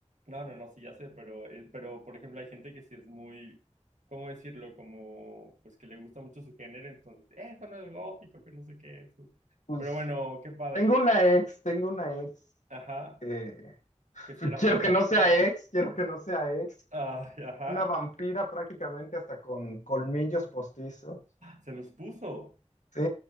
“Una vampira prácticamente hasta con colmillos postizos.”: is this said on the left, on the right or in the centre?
Left